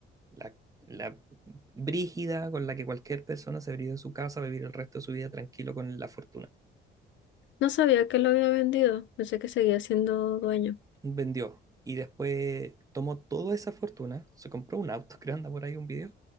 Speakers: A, on the right; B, on the left.
A: la, la brígida con la que cualquier persona se habría ido de su casa a vivir el resto de su vida tranquilo con la fortuna.
B: No sabía que lo había vendido. Pensé que seguía siendo dueño.
A: Vendió y después tomó toda esa fortuna, se compró un auto, creo anda por ahí un video,